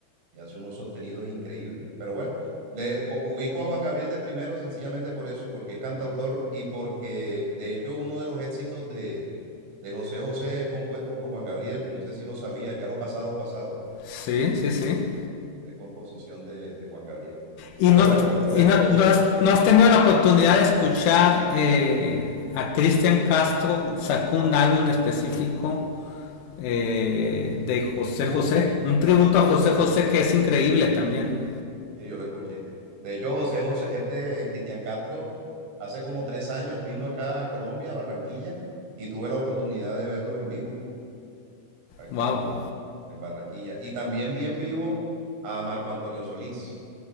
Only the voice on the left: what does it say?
Sí, sí, sí.
¿Y
no,
y no,
no
has, no has tenido la oportunidad de escuchar eh, a Cristian Castro sacó un álbum específico eh, de José
José, un tributo
a
José José que es increíble también.
Wow.